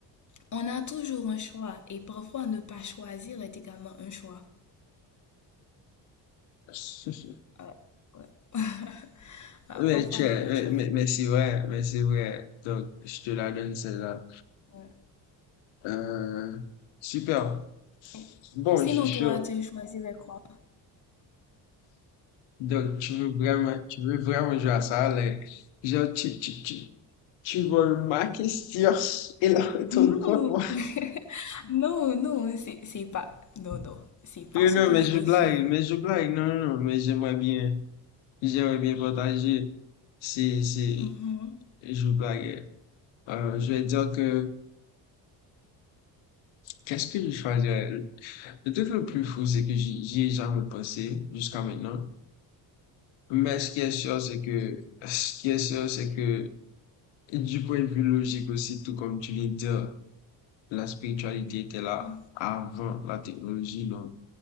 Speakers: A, on the left; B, on the left.
A: On a toujours un choix et parfois ne pas choisir est également un choix.
B: <laughs>
A: Euh, ouais. <laughs> Ah,
B: mais,
A: Parfois
B: tu
A: ne
B: es-
A: pas
B: mais,
A: choisir.
B: mais- mais c'est vrai, mais c'est vrai. Donc, je te la donne celle-là.
A: ouais.
B: Euh, super.
A: Et
B: Bon,
A: Sinon,
B: je suis sûr.
A: toi, tu choisirais quoi?
B: Donc, tu veux vraiment, tu veux vraiment jouer à ça, là. Genre, tu, tu, tu, tu voles ma question <laughs> et la retourne
A: Non,
B: contre moi.
A: <laughs> non, non, c'est c'est pas, non, non, c'est pas
B: Non,
A: ce
B: non,
A: que
B: mais
A: je
B: je
A: veux
B: blague,
A: faire.
B: mais je blague. Non, non, non, mais j'aimerais bien, j'aimerais bien partager. C'est, c'est,
A: Mhm,
B: Je blaguais. Euh, je vais dire que qu'est-ce que je choisirais? Le truc le plus fou, c'est que j'y j'y ai jamais pensé jusqu'à maintenant. Mais ce qui est sûr, c'est que ce qui est sûr, c'est que du point de vue logique aussi, tout comme tu l'as dit, la spiritualité était là
A: mhm,
B: avant la technologie. Donc,